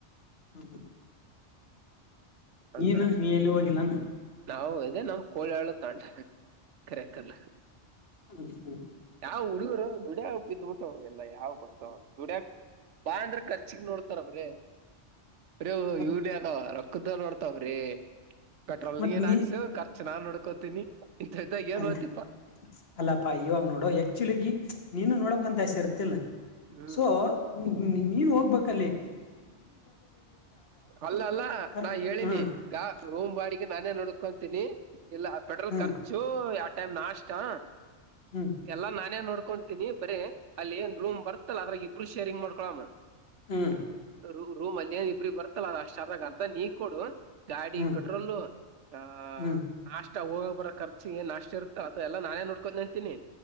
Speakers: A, on the left; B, on the right.
A: ಹ್ಮ
B: ಅಂದ್ರ
A: ನೀನು ನೀ ಎಲ್ಲಿ ಹೋಗಿಲ್ಲಾನ
B: ನಾವು ಇದೆೇ ನಮ ಕೋಳಿಳ ತಾಂಟ ಕರೆಕಲ್ಲ.
A: ಹ್ಾ
B: ಯಾವ್ ಹುಡುಗರು ದುಡ್ಯಾ ಬಿದ್ಬಿಟ್ಟು ಎಲ್ಲಾ ಯಾವ್ ಬರ್ತಾವ ದುಡ್ಯಾಕ್ ಬಾ ಅಂದ್ರ ಖರ್ಚಿಕ್ ನೋಡ್ತಾರಬ್ರಿ ಅ
A: ಮತ್
B: ಇವಡದ ಕುುದದ ್ರೇ ಪೆಟ್ರೋಲ್
A: ಮತ್
B: ನೀಏನ್ಾಕ್ಸರ್,
A: ನೀ
B: ನಾನ್ ನೋಡ್ಕೋತೀನಿ, ಇಂತ ಇದ್ದಾಗ ಏನ್
A: ಅಲ್ಲ
B: ಹೋತಿಪಾ
A: ಅಲ್ಲಪ್ಪ ಇವಾಗ ನೋಡೋ ಆಕ್ಚುಲಿ ನೀನು ನೋಡೋಕ್ ಅಂತಸ ಇರುತ್ತೆ. ಇತ್ತಲ್ಲ
B: ಹ್ಮ್
A: ಸೊ ನೀನ್ ಹೋಗ್ಬ ಕಲೆ
B: ಅಲ್ಲ ಅಲ್ಲ
A: ಕರ್ಕ್
B: ನಾ ಹೇಳಿನಿ
A: ಹ್ಮ್
B: ರೋಮ ಬಾಡಿಗೆ ನಾನೇ ನೋಡ, ಕತೀನಿ ಇಲ್ಲ ಪೆಟ್ರೋಲ್
A: ಹ್ಮ್
B: ಖರ್ಚು ಟೈಮ ನಾಷ್ಟಾ
A: ಹ್ಮ್
B: ಎಲ್ಲ ನಾನೇ ನೋಡ್ಕೊತೀನಿ ಬರೆ ಅಲ್ಲಿ ಏನ್ ರೂಮ್ ಬರ್ತಲ್ಲ ಅದ್ರಾಗ ಇಬ್ಬ ಇಬ್ಬರಿಗೂ ಶೇರಿಂಗ್ ಮಾಡ್ಕೊಳಮ್ಮ
A: ಹ್ಮ್
B: ರ ರೂಮ್ಲ್ಲಿ ಏನ್ ಇಬ್ಬರಿಗೆ ಬರ್ತಲ್ಲ ಶಾರದಾಗ ಅರ್ಧ ನೀ ಕೊಡು ಗಾಡಿ
A: ಹ್ಮ್
B: ಪೆಟ್ರೋಲ್ ಅ ಅ
A: ಹ್ಮ್ ಹ್ಮ್
B: ನಾಷ್ಟ ಅಷ್ಟ ಹೋಗ ಬರ ಖರ್ಚುಗೆ ನಾಷ್ಟಾ ಇರುತ್ತ ಅದೆಲ್ಲ ನಾನೇ ನೋಡ್ಕೊಂಡ ಅಂತಿನಿ